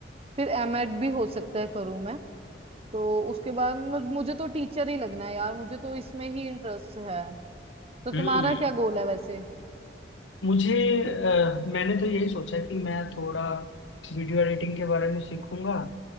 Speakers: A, on the right; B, on the left.
A: फिर एमएड भी हो सकता है करूँ मैं तो उसके बाद मु- मुझे तो टीचर ही लगना है यार मुझे तो इसमें ही इंटरेस्ट है तो तुम्हारा
B: हम्म
A: क्या गोल है वैसे
B: मुझे अ, मैंने तो यही सोचा कि मैं थोड़ा वीडियो एडिटिंग के बारे में सीखूंगा